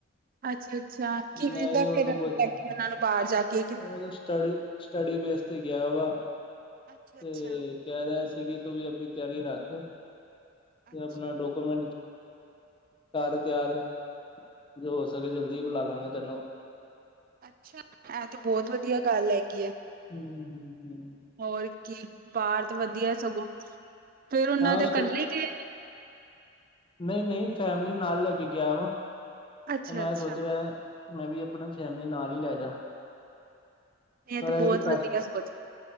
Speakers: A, on the right; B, on the left.
A: ਅੱਛਾ ਅੱਛਾ ਕਿਵੇਂ
B: ਮੈਂ
A: ਦਾ
B: ਵੀ ਉਹਨੂੰ
A: ਫਿਰ ਲੱਗੇ
B: ਪੁੱਛ ਰਿਹਾ
A: ਉਹਨਾਂ ਨੂੰ ਬਾਹਰ ਜਾ ਕੇ
B: ਉਹਦੀ ਸਟੱਡੀ ਸਟੱਡੀ ਬੇਸ ਤੇ ਗੇਆ ਵਾ,
A: ਅੱਛਾ
B: ਤੇ
A: ਅੱਛਾ
B: ਕਹਿ ਰੇਆ ਸੀ ਕਿ ਤੂੰ ਵੀ ਆਪਨੀ ਤਿਆਰੀ ਰੱਖ ਤੇ
A: ਅੱਛਾ
B: ਆਪਨਾ ਡੋਕੂਮੈਂਟ ਕਰ ਤਿਆਰ ਹੋ ਸਕੇ ਜਲਦੀ ਬੁਲਾ ਲਾਂਗਾ ਤੈਨੂੰ
A: ਅੱਛਾ ਐ ਤੇ ਬਹੁਤ ਵਧੀਆ ਗੱਲ ਹੈਗੀ ਏ
B: ਹੰ ਹੰ ਹੰ
A: ਹੋਰ ਕੀ ਬਾਹਰ ਤੇ ਵਦੀਆ ਸਗੋਂ ਫੇਰ ਉਹਨਾਂ
B: ਹਾਂ
A: ਦੇ ਇਕੱਲੇ ਗਏ ਸੀ
B: ਨਹੀਂ-ਨਹੀਂ ਫੈਮਿਲੀ ਨਾਲ ਲੈ ਕੇ ਗੇਆ ਵਾ
A: ਅੱਛਾ
B: ਤੇ ਮੈਂ
A: ਅੱਛਾ
B: ਸੋਚ ਰਿਆ ਮੈਂ ਵੀ ਅਪਣਾ ਫੈਮਿਲੀ ਨਾਲ ਹੀ ਲੈ ਜਾ
A: ਇਹ
B: ਪਤਾ
A: ਤਾਂ ਬਹੁਤ
B: ਏ ਕਿ ਪੈਸੇ
A: ਵਧੀਆ ਸੋਚ